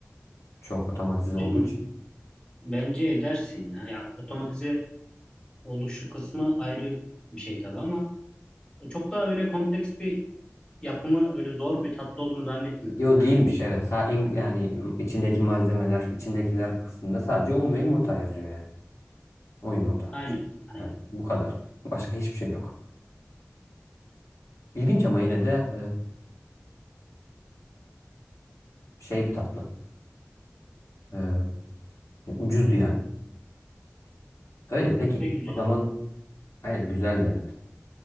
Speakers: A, on the left; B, on the left.
A: Çok otomatize olduğu
B: Ben-
A: için.
B: bence edersin ya. Ya otomatize oluşu kısmı ayrı bir şey tabii ama o çok daha öyle kompleks bir yapımı öyle zor bir tatlı olduğunu zannetmiyorum
A: Yo değilmiş evet. Sa in- yani içindeki malzemeler, içindekiler kısmında sadece un ve yumurta yazıyor yani. O yumurta.
B: Aynen. Aynen.
A: Evet, bu kadar. Başka hiçbir şey yok. İlginç ama yine de e, şey bir tatlı. E, e, ucuzdu yani. Öyle peki.
B: Evet, ve güzel.
A: O zaman aynen güzeldi evet.